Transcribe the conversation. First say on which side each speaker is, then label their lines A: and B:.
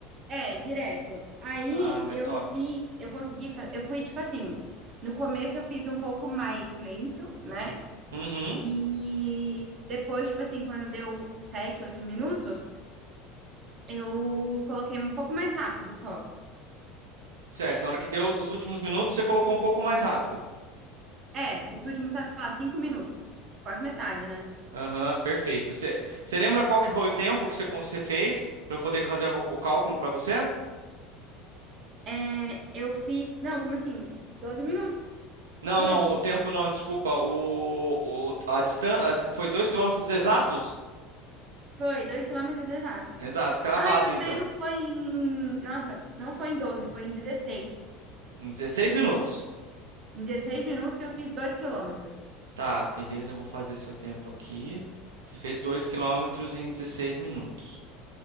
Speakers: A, on the right; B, on the right.
A: É, direto. Aí
B: Ah, mas
A: eu
B: top.
A: fiz, eu consegui, fa- eu fui tipo assim, no começo eu fiz um pouco mais lento, né?
B: Uhum.
A: E depois, tipo assim, quando deu sete, oito minutos, eu coloquei um pouco mais rápido só.
B: Certo, na hora que deu os últimos minutos, você colocou um pouco mais rápido.
A: É, os últimos, sei lá, cinco minutos. que Quase metade, né?
B: Aham, perfeito. Você você lembra qual que foi o tempo que você, con- você fez para eu poder fazer a cal- o cálculo para você?
A: É, eu fiz. Não, como assim? 12 minutos,
B: Não,
A: não foi?
B: não, o tempo não, desculpa. O, o, a distância foi 2 quilômetros exatos?
A: Foi, dois quilômetros exatos.
B: Exatos, cravado
A: Ah, só
B: então.
A: que daí não foi em. Nossa, não foi em 12, foi em dezesseis,
B: Em 16 minutos.
A: Em 16 minutos eu fiz dois quilômetros.
B: Tá, beleza, eu vou fazer seu tempo aqui. Você fez 2 quilômetros em 16 minutos.